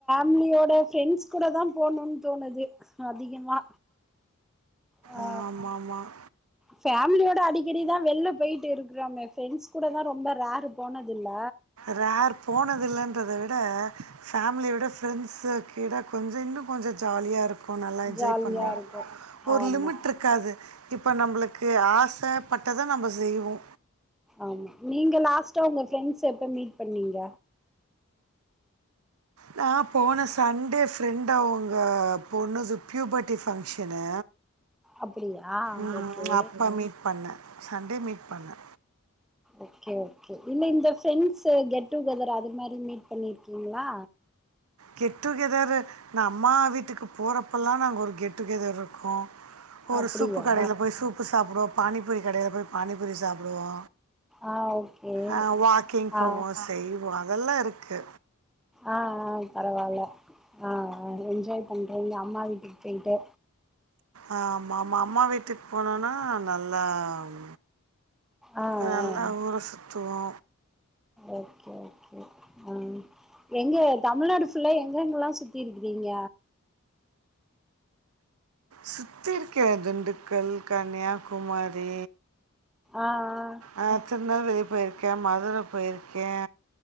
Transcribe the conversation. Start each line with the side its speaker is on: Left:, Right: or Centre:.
Centre: ம்லியோட ஃபிரெண்ட்ஸ் கூடதாம் போணுன் தோணுது அதிகமா ஆ
Right: ஆமாம் ஆமாம்
Centre: ஃபேம்லியோட அடிக்கடிதா வெள்லப் போயிட்டிருக் க்றோமே ஃபிரெண்ட்ஸ் கூடதா ரொம்ப ரேரு போனதுல்ல
Right: ரேர் போனதில்லன்றத விட ஃபேம்லியோட ஃபிரெண்ட்ஸ கிட கொஞ்சோ இன்னு கொஞ்சோ ஜாலியாருக் கு நல்லா என்ஜாய்
Centre: ஜாலியா
Right: பண்ணுவோ
Centre: இருக்கு
Right: ஒரு
Centre: ஆமா
Right: லிமிட்ருக் காது இப்போ நம்மளுக்கு ஆசப்பட்டத நம்ப செய்வோ
Centre: ஆமா நீங்க லாஸ்ட்டா உங்க ஃபிரெண்ட்ஸ எப்ப மீட் பண்ணீங்க
Right: நா போன சண்டே ஃபிரெண்டு அவங்க பொண்ணுது பியூபட்டி ஃபங்க்ஷனு
Centre: அப்டியா
Right: ம்
Centre: ஓகே
Right: அப்ப மீட் பண்ணே சண்டே மீட் பண்ணே
Centre: ஓகே ஓகே இல்ல இந்த ஃபிரெண்ட்ஸு கெட் டூ கெதர் அது மாரி மீட் பண்ணிர்க்கீங்ளா
Right: கெட் டு கெதரு நா அம்மா வீட்டுக்கு போறப்பல்லா நாங்க ஒரு கெட் டு கெதர் ருக்கு ஒரு
Centre: அப்டியா
Right: சூப்பு கடைல போய் சூப்பு சாப்டுவோப் பானிபூரி கடைல போய் பானிபூரி சாப்டுவோ
Centre: ஆ ஓகே
Right: அ வாக்கிங் போவோ
Centre: ஆ
Right: செய்வோ அதெல்லா இருக்கு
Centre: ஆ ஆ பரவால்ல ஆ ஆ என்ஜாய் பண்றீங்க அம்மா வீட்டுக்கு போயி்ட்டு
Right: ஆ மாம்மா அம்மா வீட்டுக் போனோனா நல்லாம்
Centre: ஆ
Right: அ நல்லா
Centre: ஆ
Right: ஊற சுத்துவோ
Centre: ஓகே ஓகே அ எங்க தமிழ்நாடு ஃபுல்லா எங்க எங்கலா சுத்தி இருகிறீங்க
Right: சுத்திருக்கே திண்டுக்கல் கன்னியாகுமாரி
Centre: ஆ ஆ
Right: ஆ திருநெல்வேலி போயிருக்கே மதுரப் போயிருக்கே